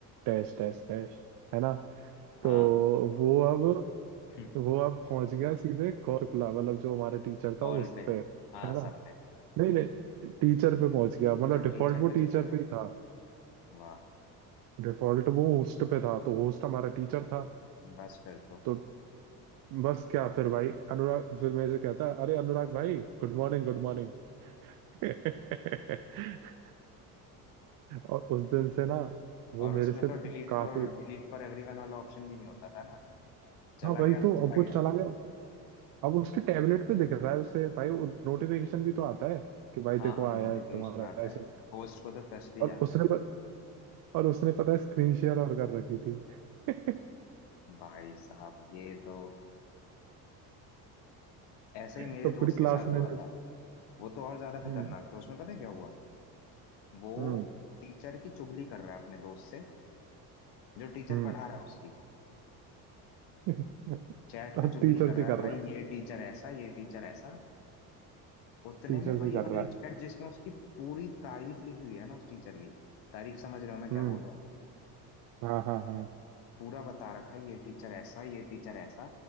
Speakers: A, on the right; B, on the left.
A: dash dash dash है ना तो
B: हाँ
A: वो अब
B: <laughs>
A: वो अब पहुंच गया सीधे कौर शुक्ला मतलब जो हमारा टीचर था
B: ऑल
A: उस
B: पे
A: पे है
B: हाँ
A: ना
B: सब पे
A: नहीं नहीं टीचर पे पहुंच गया मतलब
B: अच्छा
A: डिफॉल्ट
B: टीचर
A: वो
B: पे
A: टीचर
B: चला गया
A: पे ही था
B: वाह
A: डिफॉल्ट वो होस्ट पे था तो होस्ट हमारा टीचर था
B: बस फिर तो
A: तो बस क्या फिर भाई अनुराग फिर मेरे से कहता है अरे अनुराग भाई गुड मॉर्निंग गुड मॉर्निंग <laughs> और उस दिन से ना वो
B: और
A: मेरे
B: उसमें
A: से
B: तो delete
A: काफी
B: for delete for everyone वाला ऑप्शन भी नहीं होता था ना चला
A: हाँ भाई
B: गया
A: तो
B: तो चला
A: अब वो चला
B: गया
A: गया अब उसके टैबलेट पे दिख रहा है उससे भाई नोटिफिकेशन भी तो आता है कि भाई देखो
B: हाँ हाँ
A: आया
B: नोटिफिकेशन
A: है तुम्हारा
B: आता
A: ऐसे
B: है होस्ट को तो टच भी
A: और
B: जाता
A: उसने
B: है
A: प- और उसने पता है स्क्रीन शेयर और कर रखी थी <laughs>
B: भाई साहब ये तो ऐसा ही
A: तो
B: मेरे दोस्त
A: पूरी क्लास
B: के साथ
A: ने
B: हुआ
A: मेरे से-
B: था वो तो और ज्यादा
A: हम्म
B: खतरनाक था उसमें पता है क्या हुआ वो
A: हम्म
B: टीचर की चुगली कर रहा है अपने दोस्त से जो टीचर
A: हम्म
B: पढ़ा रहा है उसकी
A: <laughs> टीचर
B: चैट
A: से
B: पे चुगली कर रहा
A: कर
B: है भाई
A: रहा है
B: ये गजब टीचर ऐसा ये टीचर ऐसा उतने
A: टीचर
B: में वही
A: से कर
B: वाली
A: रहा है
B: चैट जिसमें उसकी पूरी तारीफ लिखी हुई है ना उस टीचर की तारीफ समझ रहे हो मैं क्या
A: हम्म
B: बोल रहा हूँ
A: हाँ हाँ हाँ
B: पूरा बता रखा है ये टीचर ऐसा ये टीचर ऐसा